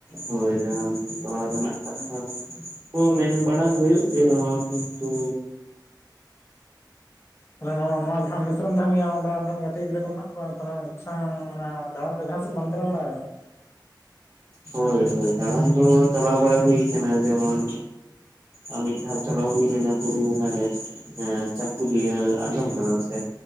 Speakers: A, on the right; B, on the left.
A: ᱦᱳᱭ ᱡᱟ ᱪᱟᱞᱟᱣ ᱨᱮᱱᱟᱜ ᱠᱟᱛᱷᱟ
B: ᱦᱮᱸ
A: ᱚ ᱢᱮᱱ ᱵᱟᱲᱟ ᱦᱩᱭᱩᱜ ᱜᱮ ᱨᱮᱦᱚᱸ ᱠᱤᱱᱛᱩ
B: ᱛᱟᱦᱮ ᱱᱚᱣᱟ ᱡᱟᱦᱟᱸ ᱢᱮᱥᱨᱮ ᱛᱟᱦᱮᱱ ᱜᱮᱭᱟ ᱚᱸᱰᱮ ᱯᱢᱚᱱ ᱜᱟᱛᱮ ᱜᱤᱫᱽᱨᱟᱹ ᱠᱚ ᱢᱮᱱᱟᱜ ᱠᱚᱣᱟ ᱛᱟᱦᱮ ᱩᱱᱠᱩ ᱥᱟᱶ ᱢᱮ ᱫᱟᱬᱟᱱ ᱡᱟᱦᱟᱸ ᱥᱮᱫ ᱵᱟᱢ ᱪᱟᱞᱟᱣ ᱵᱟᱲᱟ ᱟᱠᱟᱱᱟ
A: ᱦᱳᱭ ᱦᱳᱭ ᱫᱟᱲᱟᱱ ᱫᱚ ᱪᱟᱞᱟᱣ ᱵᱟᱲᱟ ᱦᱩᱭ ᱠᱟᱱᱟ ᱡᱮᱢᱚᱱ ᱟᱨ ᱢᱤᱫᱷᱟᱣ ᱪᱟᱞᱟᱣ ᱦᱩᱭᱱᱟ ᱵᱩᱨᱩ ᱵᱳᱝᱜᱟ ᱧᱮᱞ ᱪᱟᱹᱠᱩᱞᱤᱭᱟᱹ ᱟᱡᱚᱢ ᱟᱠᱟᱫᱟᱢ ᱥᱮ